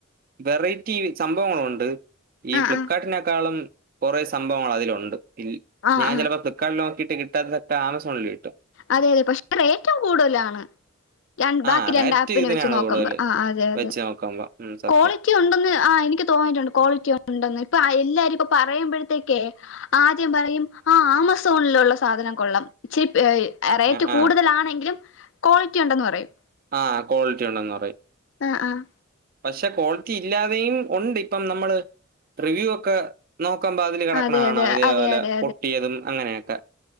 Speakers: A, on the right; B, on the left.
A: വെറൈറ്റി സംഭവങ്ങള് ഉണ്ട്. ഈ
B: ആഹ് ആഹ്
A: ഫ്ലിപ്കാർട്ടിനെക്കാളും
B: ആഹ്
A: കൊറേ സംഭവങ്ങൾ അതിലുണ്ട് ൽ
B: ആഹ്
A: ഞാൻ
B: ആഹ്
A: ചെലപ്പൊ ഫ്ലി ഫ്ളിപ്പ്ക്കാട്ടില് നോക്കീട്ട് കിട്ടാത്തത് ഒക്കെ ആമസോണില് കിട്ടും.
B: അതെ അതെ പക്ഷേ റേറ്റും കൂടുതലാണ്. ഞാൻ ബാക്കി
A: ആ
B: രണ്ട്
A: റേറ്റ്
B: ആപ്പിനെ
A: ഇതിനാണ്
B: വെച്ച് നോക്കുമ്പോ
A: കൂടുതല്
B: ആ അതെ അതെ
A: വെച്ച് നോക്കുമ്പോ ഉം സത്യം
B: കോളിറ്റി റ്റി ഉണ്ടെന്ന് ആ എനിക്ക് തോന്നിയിട്ട് ഉണ്ട് ക്വാളിറ്റി ഉണ്ടെന്ന് ഇപ്പൊ എല്ലാരും ഇപ്പൊ പറയുമ്പഴത്തേക്കേ, ആദ്യം പറയും ആ ആമസോണിലുള്ള സാധനം കൊള്ളാം ചീപ്പ് റൈ റേറ്റ്
A: ആ
B: കൂടുതല്
A: ആ
B: ആണെങ്കിലും ക്വാളിറ്റി ഉണ്ടെന്ന് പറയും.
A: ആഹ് ക്വാളിറ്റി ഉണ്ടെന്ന് പറയും.
B: ആഹ് ആഹ്
A: പക്ഷേ ക്വാളിറ്റി ഇല്ലാതെയും ഉണ്ട് ഇപ്പം നമ്മള് റിവ്യൂ ഒക്കെ നോക്കുമ്പോ അതില് കെടക്ക്ണെ
B: അതെ
A: കാണാം
B: അതെ
A: ഇതേപോലെ
B: അതെ അതെ
A: പൊട്ടിയതും അങ്ങനെയൊക്കെ.